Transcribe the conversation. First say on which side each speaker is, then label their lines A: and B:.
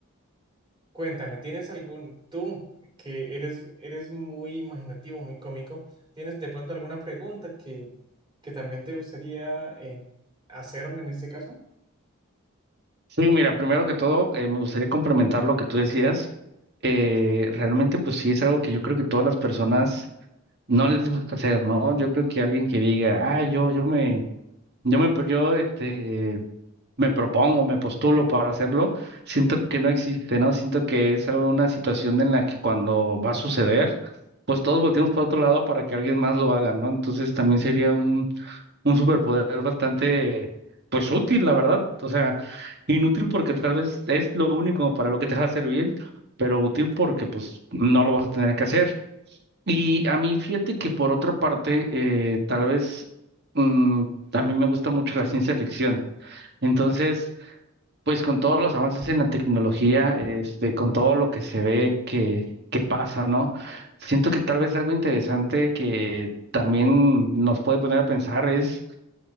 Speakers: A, on the right; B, on the right.
A: Cuéntame, ¿tienes algún, tú que eres, eres muy imaginativo, muy cómico, ¿tienes de pronto alguna pregunta que, que también te gustaría eh, hacerme en este caso?
B: Sí, mira, primero que todo, eh, me gustaría complementar lo que tú decías. Eh, realmente, pues sí, es algo que yo creo que todas las personas no les gusta hacer, ¿no? Yo creo que alguien que diga, ah, yo, yo me, yo me, pro- yo, este, me propongo, me postulo para hacerlo, siento que no existe, ¿no? Siento que es algo, una situación en la que cuando va a suceder, pues todos volteamos para otro lado para que alguien más lo haga, ¿no? Entonces también sería un superpoder bastante, pues útil, la verdad. O sea, inútil porque tal vez es lo único para lo que te va a servir, pero útil porque pues no lo vas a tener que hacer. Y a mí, fíjate que por otra parte, eh, tal vez mm, a mí me gusta mucho la ciencia ficción. Entonces, pues con todos los avances en la tecnología, este, con todo lo que se ve que, que pasa, ¿no? Siento que tal vez algo interesante que también nos puede poner a pensar es